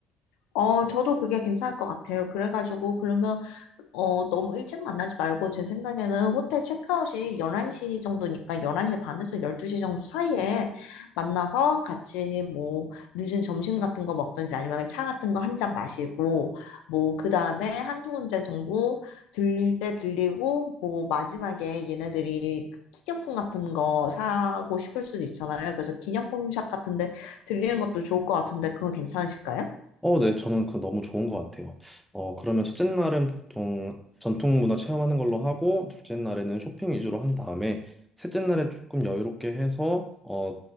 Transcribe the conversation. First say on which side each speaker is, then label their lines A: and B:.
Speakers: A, on the left; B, in the centre.
A: 어, 저도 그게 괜찮을 것 같아요. 그래가지고, 그러면, 어, 너무 일찍 만나지 말고, 제 생각에는 호텔 체크아웃이 11시 정도니까, 11시 반에서 12시 정도 사이에 만나서 같이 뭐, 늦은 점심 같은 거 먹든지 아니면 차 같은 거 한 잔 마시고, 뭐, 그 다음에 한두 군데 정도 들릴 때 들리고, 뭐, 마지막에 얘네들이 그 기념품 같은 거 사고 싶을 수도 있잖아요. 그래서 기념품 샵 같은데 들리는 것도 좋을 것 같은데, 그건 괜찮으실까요?
B: 어, 네, 저는 그거 너무 좋은 것 같아요. 어, 그러면 첫째 날은 보통 전통 문화 체험하는 걸로 하고, 둘째 날에는 쇼핑 위주로 한 다음에, 셋째 날에 조금 여유롭게 해서, 어,